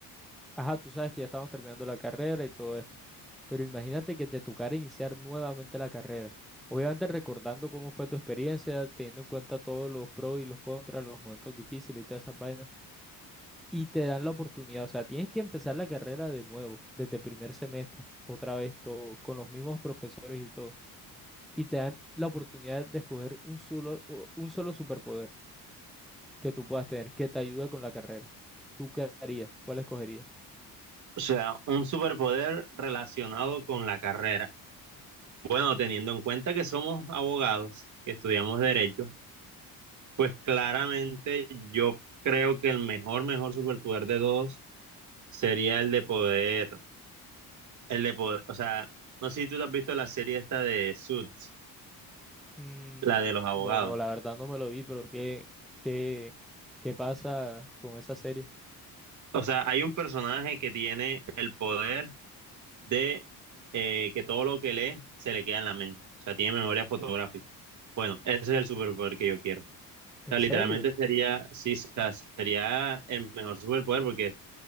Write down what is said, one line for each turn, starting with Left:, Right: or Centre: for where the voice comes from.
Centre: Ajá, tú sabes que ya estamos terminando la carrera y todo esto, pero imagínate que te tocara iniciar nuevamente la carrera. Obviamente recordando cómo fue tu experiencia, teniendo en cuenta todos los pros y los contras, los momentos difíciles y todas esas vainas. y te dan la oportunidad. O sea, tienes que empezar la carrera de nuevo, desde primer semestre, otra vez todo, con los mismos profesores y todo. Y te dan la oportunidad de escoger un solo, u- un solo superpoder que tú puedas tener, que te ayude con la carrera. ¿Tú qué harías? ¿Cuál escogerías?
Right: O sea, un superpoder relacionado con la carrera. Bueno, teniendo en cuenta que somos abogados, que estudiamos derecho, pues claramente yo creo que el mejor, mejor superpoder de todos sería el de poder, el de poder, o sea, no sé si tú te has visto la serie esta de Suits,
Centre: Mm,
Right: la de los abogados.
Centre: no, no, la verdad no me lo vi, pero ¿qué, qué, qué pasa con esa serie?
Right: O sea, hay un personaje que tiene el poder de eh, que todo lo que lee se le queda en la mente. O sea, tiene memoria fotográfica. Bueno, ese es el superpoder que yo quiero. O
Centre: ¿En
Right: sea, literalmente
Centre: serio?
Right: sería, sí, o sea, sería el mejor superpoder porque